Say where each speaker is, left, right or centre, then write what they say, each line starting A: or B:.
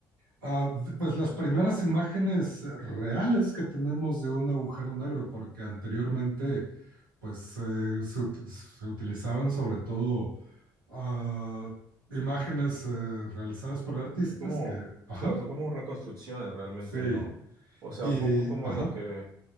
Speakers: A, on the right; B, on the right.
A: Ah, d- pues las primeras imágenes eh, reales que tenemos de un agujero negro, porque anteriormente, pues eh, se, ut- se utilizaban sobre todo ah, imágenes eh, realizadas por artistas
B: Son como,
A: que, ajá,
B: claro, son como reconstrucciones realmente,
A: sí,
B: ¿no? O sea,
A: y,
B: un poco como
A: ajá.
B: de lo que,